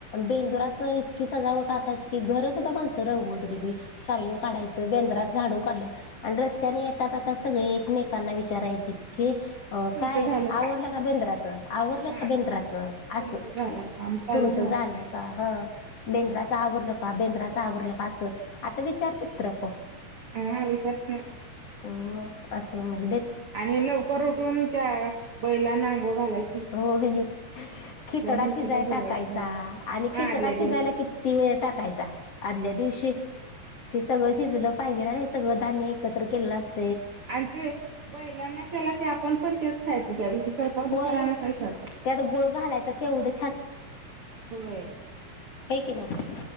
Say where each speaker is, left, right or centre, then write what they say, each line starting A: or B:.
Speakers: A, on the left; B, on the right.
A: बेंदुराच इतकी सजावट असायची की घरच माणस रंगवत होतीती. सारवून
B: होय
A: काढायचं. बेंदराचं झाडून काढलं आणि रस्त्यानं ये ता जाता सगळे एकमेकांना विचारायचीत की -- अ
B: तुमचं
A: काय
B: झालं
A: आवरलं का बेंदराच, आवरलं
B: हा
A: का बेंदराच असं.
B: तुमचं झालं का? आमचं
A: तुमचं
B: अजून व्हायचंय.
A: झालं का? हां. बेंदराच आवरलं का? बेंदराच आवरलं का? असं आता विचारत तर कोन.
B: आहा विचारात नाही.
A: हम्म. अस नई.
B: आणि लवकर उठून त्या बैलाना अंघोळ घालाय
A: होय. खिचडा
B: म्हैशीला
A: शिजाय
B: धुवायचं
A: टाकायचा आणि
B: हा
A: खिचडा
B: आदल्या दिवशी
A: शिजायला किती वे ळ टाकायचा. आदल्या दिवशी ते सगळं शिजलं पाहिजे ना. हे सगळं धान्य एकत्र केलेलं असं
B: आणि ते बैलांना केला की आपण पण तेच खायचं त्या दिवशी स्वय पाक दुसरा
A: होय
B: नसायचाच.
A: त्यात गुळ घालायचा केवढं
B: होय.
A: हाय की नाही.